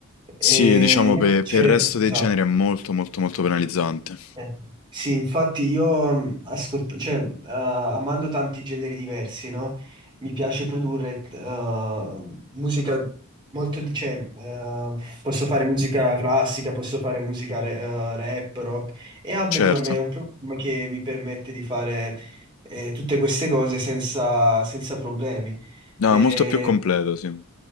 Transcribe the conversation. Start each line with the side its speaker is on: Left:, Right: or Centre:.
Left: Sì,
Right: E
Left: diciamo
Right: io
Left: per,
Right: invece,
Left: per il resto
Right: esatto.
Left: dei generi è molto molto molto penalizzante.
Right: Eh, Sì, infatti io mh, ascolt- cioè, eh, amando tanti generi diversi, no? Mi piace produrre eh, musica molto, di- cioè, eh, posso fare musica classica, posso fare musica re- eh, rap, rock e Ableton
Left: Certo.
Right: è un programma che mi permette di fare eh, tutte queste cose senza, senza problemi.
Left: No,
Right: Eh,
Left: molto più completo, sì.